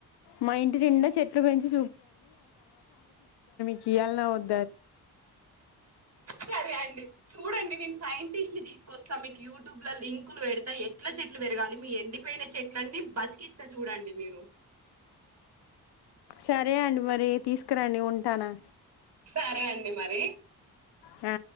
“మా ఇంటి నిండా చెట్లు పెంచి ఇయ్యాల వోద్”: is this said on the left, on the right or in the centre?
Left